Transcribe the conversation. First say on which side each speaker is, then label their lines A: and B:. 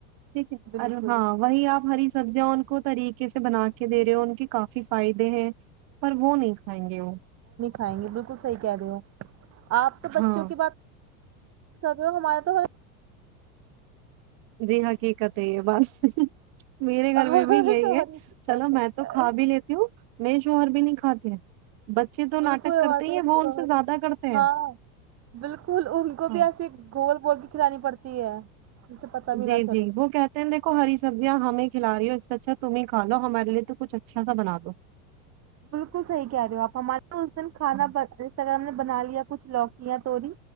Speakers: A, on the right (about 50°); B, on the right (about 35°).
A: ٹھیک ہے
B: بالکل
A: اور ہاں وہی آپ ہری سبزیاں ان کو طریقے سے بنا کے دے رہے ہو ان کے کافی فائدے ہیں پر وہ نہیں کھائیں گے وہ
B: ھائیں گے بالکل صحیح کہہ رہے ہو آپ تو بچوں
A: ہاں
B: کی بات ہمارا تو ہر
A: جی ہاں حقیقت ہے یہ بس میرے گھر
B: ہمارے
A: میں بھی یہی
B: شوہر
A: ہے
B: ہی-
A: چلو میں تو کھا بھی لیتی ہوں میں جووہر بھی نہیں کھاتے ہیں بچے تو ناٹک
B: بالکلات
A: کرتے ہی ہیں وہ
B: شوہر
A: ان سے زیادہ کرتے
B: ہاں
A: ہیں
B: بالکل ان کو
A: ہاں
B: بھی ایسے گول بول کے کھلانی پڑتی ہے جسے پتا بھی
A: جی
B: نہ چلے
A: جی وہ کہتے ہیں دیکھو ہری سبزیاں ہمیں کھلا رہی ہو اس سے اچھا تمہیں کھاو ہمارے لیے تو کچھ اچھا سا بنا دو
B: بالکل صحیح کہہ رہے ہو آپ ہمارے تو اس دن کھانا
A: ہاں،
B: اس طرح ہم نے بنا لیا کچھ لوکیاں توی